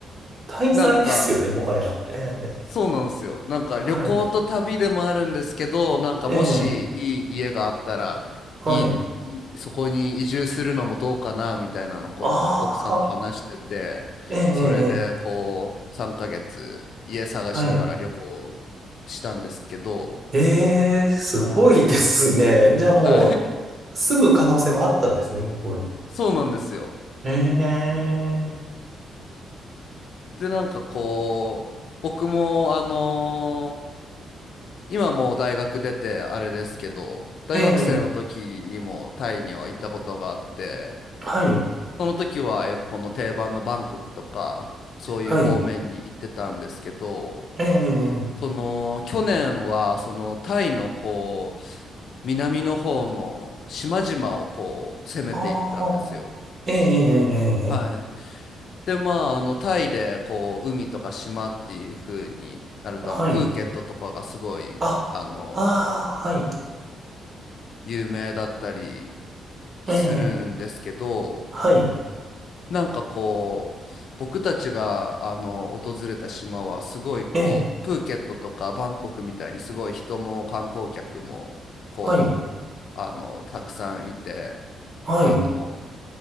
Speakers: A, on the right (about 35°); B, on the left (about 65°).
A: 滞在ですよね、
B: なんか、
A: もはや。ええ。
B: そうなんですよ。なんか、
A: はい。
B: 旅行と旅でもあるんですけど、なんか、
A: ええ。
B: もしいい家があったら、
A: はい。
B: いい、いいそこに移住するのもどうかな、みたいなの、この奥さんと話してて、
A: ああ。ええ、ええ、
B: それで、
A: ええ
B: こう、3ヶ月、家探しながら旅行
A: はい。
B: したんですけど、
A: ええ、すごいですね。
B: はい。
A: じゃあもう、
B: はい。<laughs>
A: 住む可能性もあったんですね、向こうに。
B: そうなんですよ。
A: ええ、
B: で、なんかこう、僕も、あのー今もう大学出てあれですけど、大学生の時にもタイには行ったことがあって、
A: ええ、はい、
B: その時はよくこの定番のバンコクとか、そういう方面に行ってたんですけど、
A: はい、ええ、
B: その去年はそのタイのこう、南の方の島々をこう攻めていったんですよ。
A: ああ、ええ、ええ、
B: はい。
A: ええ
B: で、まあ、あの、タイで、こう、海とか島っていう風になると、
A: はい、
B: あの、プーケットとかがすごい、
A: あ、
B: あの、
A: ああ、はい、
B: 有名だったり、するんですけど、
A: ええ、はい、
B: なんかこう、僕たちがあの訪れた島はすごいこう、
A: ええ、
B: プーケットとかバンコクみたいにすごい人も観光客もこう、
A: はい、
B: あの、たくさんいて、
A: はい、
B: あの、